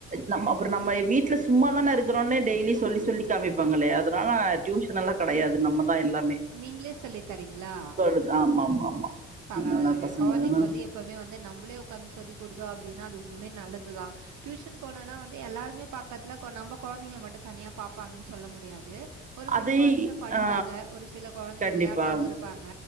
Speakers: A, on the right; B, on the right.
A: நம்ம அப்ற நம்ம வீட்ல சும்மா தான இருக்குறோன்னு டெய்லி சொல்லி சொல்லி காமிப்பாங்களே அதுனால டியூஷன் எல்லா கெடயாது நம்ம தா எல்லாமே
B: நீங்களே சொல்லி தரீங்களா
A: சொல்லுங்க ஆமா ஆமா ஆமா
B: பரவால்லங்க
A: அதனால பசங்கள
B: கொழந்தைக்கு வந்து எப்பவுமே வந்து நம்மளே உக்காந்து சொல்லி குடுத்தோ அப்படின்னா அது ஒண்ணுமே நல்லதுதா டியூஷன் போனனா வந்து எல்லாருமே பாக்கத்துல நம்ம கொழந்தைங்கள மட்டு தனியா பாப்பாங்கன்னு சொல்ல முடியாது ஒரு சில
A: அது
B: கொழந்தைங்க படிப்பாங்க
A: ஆ
B: ஒரு சில கொழந்தைங்க
A: கண்டிப்பா
B: விளையாட்டாவு இருப்பாங்க